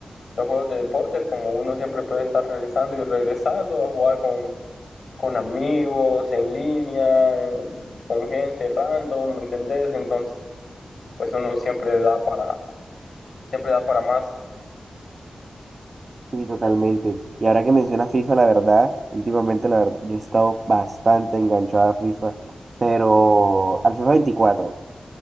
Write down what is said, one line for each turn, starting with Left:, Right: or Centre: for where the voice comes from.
Left: los juegos de deportes, como uno siempre puede estar regresando y regresando a jugar con, con amigos, en línea, con gente random, ¿me entendés? Entonces, pues uno siempre da para, siempre da para más.
Right: Sí, totalmente. Y ahora que mencionas FIFA, la verdad, últimamente la verdad, yo he estado bastante enganchado a FIFA, pero al FIFA veinticuatro